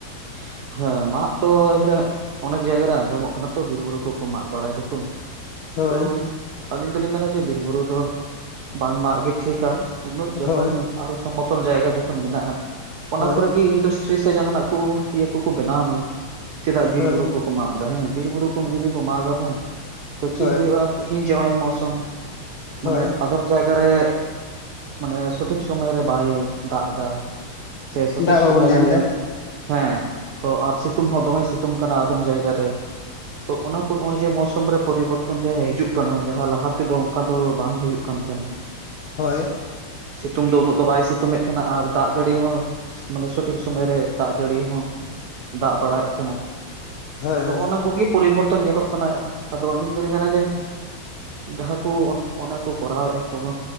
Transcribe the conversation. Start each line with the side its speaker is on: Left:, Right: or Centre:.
Right: <inaudible> ᱦᱮᱸ ᱢᱟᱜ ᱛᱚ ᱮᱵᱟᱨᱮ ᱚᱱᱮᱠ ᱡᱟᱭᱜᱟ ᱨᱮ ᱟᱸᱧᱡᱚᱢᱚᱜ ᱠᱟᱱᱟ ᱛᱚ ᱵᱤᱨ ᱵᱩᱨᱩ ᱠᱚᱠᱚ ᱢᱟᱜ ᱵᱟᱲᱟᱭ ᱫᱟᱠᱚ᱾
Left: ᱦᱳᱭ
Right: ᱛᱚ ᱤᱧ ᱫᱚᱞᱤᱧ ᱢᱮᱱᱟ ᱪᱮ ᱵᱤᱨ ᱵᱩᱨᱩ ᱫᱚ ᱵᱟᱝ ᱢᱟᱜ ᱜᱮ ᱴᱷᱤᱠᱠᱟ ᱩᱱᱟᱹᱜ ᱡᱚᱠᱷᱚᱱ
Left: ᱦᱳᱭ
Right: ᱟᱨᱚ ᱥᱚᱢᱚᱛᱚᱞ ᱡᱟᱭᱜᱟ ᱡᱚᱠᱷᱚᱱ ᱢᱮᱱᱟᱜᱼᱟ᱾ ᱚᱱᱟ
Left: ᱦᱳᱭ
Right: ᱠᱚᱨᱮ ᱜᱮ ᱤᱱᱰᱟᱥᱴᱨᱤ ᱥᱮ ᱡᱟᱦᱟᱱᱟᱜ ᱠᱩ ᱤᱭᱟᱹ ᱠᱩᱠᱩ ᱵᱮᱱᱟᱣ ᱢᱟ ᱪᱮᱫᱟᱜ ᱵᱤᱨ
Left: ᱦᱳᱭ
Right: ᱵᱩᱨᱩ ᱠᱩ ᱠᱚ ᱢᱟᱜ ᱫᱟ ᱦᱮᱸ ᱵᱤᱨ ᱵᱩᱨᱩ ᱠᱚᱢ ᱡᱩᱫᱤ ᱠᱚ ᱢᱟᱜᱟ ᱵᱟᱝ ᱛᱚ ᱪᱤᱜ
Left: ᱦᱳᱭ
Right: ᱦᱩᱭᱩᱜᱼᱟ ᱛᱤᱦᱤᱧ ᱡᱮ ᱱᱚᱜᱼᱚᱭ ᱢᱚᱣᱥᱚᱢ ᱢᱟᱱᱮ
Left: ᱦᱳᱭ
Right: ᱟᱫᱚᱢ ᱠᱟ ᱨᱮ ᱢᱟᱱᱮ ᱥᱚᱴᱷᱤᱠ ᱥᱚᱢᱚᱭ ᱨᱮ ᱵᱟᱭ ᱫᱟᱜ ᱫᱟ᱾ ᱥᱮ ᱥᱚᱴᱷᱤᱠ
Left: ᱫᱟᱜ
Right: ᱥᱚᱢᱚᱭ
Left: ᱵᱟᱵᱚᱱ ᱧᱟᱢ
Right: ᱨᱮ
Left: ᱮᱫᱟ
Right: ᱦᱮᱸ ᱛᱚ ᱟᱨ ᱥᱤᱛᱩᱝ ᱦᱚᱸ ᱫᱚᱢᱮ ᱥᱤᱛᱩᱝ ᱠᱟᱱᱟ ᱟᱫᱚᱢ ᱡᱟᱭᱜᱟ ᱨᱮ᱾ ᱛᱚ ᱚᱱᱟ ᱠᱚ ᱚᱜᱼᱚᱭ ᱡᱮ ᱢᱳᱣᱥᱚᱢ ᱨᱮ ᱯᱚᱨᱤᱵᱚᱨᱛᱚᱱ ᱡᱟᱦᱟᱸ ᱦᱤᱡᱩᱜ ᱠᱟᱱᱟ ᱡᱟᱦᱟᱸ ᱞᱟᱦᱟ ᱛᱮᱫᱚ ᱚᱝᱠᱟ ᱫᱚ ᱵᱟᱝ ᱦᱩᱭᱩᱜ᱾ <unintelligible> ᱦᱮᱸ
Left: ᱦᱳᱭ
Right: ᱥᱮ ᱥᱮᱛ ᱛᱩᱝ ᱫᱚ ᱩᱱᱟᱹᱜ ᱫᱚ ᱵᱟᱭ ᱥᱤᱛᱩᱢ ᱮᱫ ᱛᱟᱦᱮᱱᱟ ᱟᱨ ᱫᱟᱜ ᱡᱟᱹᱲᱤ ᱦᱚᱸ ᱢᱟᱱᱮ ᱥᱚᱴᱷᱤᱠ ᱥᱚᱢᱚᱭ ᱨᱮ ᱫᱟᱜ ᱡᱟᱹᱲᱤ ᱦᱚᱸ ᱫᱟᱜ ᱵᱟᱲᱟᱭᱮᱜ ᱛᱟᱦᱮᱱᱟ
Left: ᱦᱳᱭ
Right: ᱟᱫᱚ
Left: ᱦᱳᱭ
Right: ᱚᱱᱟ ᱠᱚᱜᱤ ᱯᱚᱨᱤᱵᱚᱨᱛᱚᱱ ᱧᱮᱞᱚᱜ ᱠᱟᱱᱟ ᱟᱫᱚ ᱟᱹᱞᱤᱧ ᱫᱚᱞᱤ ᱢᱮᱱᱟ ᱡᱮ ᱡᱟᱦᱟᱸ ᱠᱩ ᱚᱱᱮᱠ ᱚᱱᱟ ᱠᱚ ᱠᱚᱨᱟᱣᱮᱜ ᱠᱩᱦᱚ